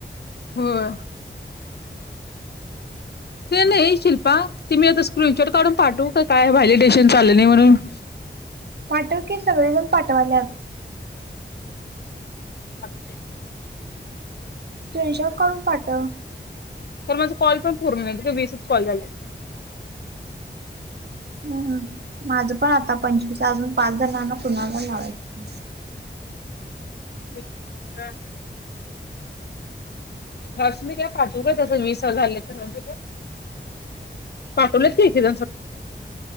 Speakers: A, on the left; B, on the right.
A: होय. ते नाही शिल्पा ते मी आता स्क्रिनशॉट काढून पाठवू का काय? व्हॅलिडेशन चालू नाही म्हणून ययरर <inaudible>
B: पाठव की सगळेजण पाठवाल्यात
A: हा त स <unintelligible>
B: स्क्रीनशॉट काढून पाठव.
A: तर माझा कॉल पण पूर्ण नाहीत ग वीसच कॉल झाल्यात.
B: हम् माझं पण आता पंचवीस अजून पाच जणांना कुणाला लावायचं?
A: तेच हां. हर्ष मी काय पाठवू काय? तसं वीस कॉल झालेत तर म्हणजे पाठवलेत की किरण सर